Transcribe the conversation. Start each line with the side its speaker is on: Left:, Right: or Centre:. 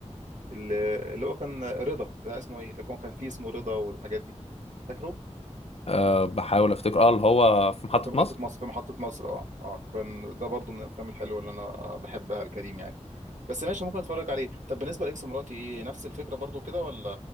Right: اللي اللي هو كان رضا بتاع اسمه ايه اللي هو كان فيه اسمه رضا والحاجات دي فاكره
Left: آه، بحاول افتكر اه اللي هو في محطه
Right: في محطة
Left: مصر
Right: مصر في محطة مصر اه اه كان ده برضو من الافلام الحلوة اللي انا بحبها الكريم يعني بس ماشي ممكن اتفرج عليه طب بالنسبة لاكس مراتي ايه نفس الفكرة برضو كده ولا